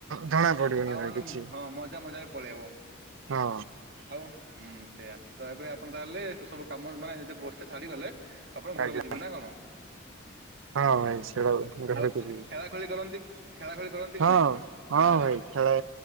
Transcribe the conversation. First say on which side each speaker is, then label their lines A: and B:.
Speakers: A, on the right; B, on the right.
A: ଜଣା ପଡିବନି
B: ଆଉ
A: ଭାଇ
B: ମାନ
A: କିଛି
B: ହଁ ମଜା ମଜାରେ ପଳେଇବ।
A: ହଁ
B: ଆଉ ହୁଁ ସେଇଆ ତ ଏବେ ଆପଣ ତାହେଲେ ସବୁ କାମ ମାନେ ଯଦି ବର୍ଷେ ଛାଡିଗଲେ- ଆପଣ ଘରକୁ
A: ଆଜ୍ଞା
B: ଯିବେ ନା କଣ।
A: ହଁ
B: ହୁଁ
A: ଭାଇ
B: ହୁଁ
A: ସେଟା ଘରକୁ
B: ଆଉ
A: ଯିବି
B: ଖେଳା ଖେଳି କରନ୍ତି ଖେଳା ଖେଳି କରନ୍ତି
A: ହଁ
B: କି ନାଇଁ।
A: ହଁ
B: ଗାଁରେ?
A: ଭାଇ ଖେଳେ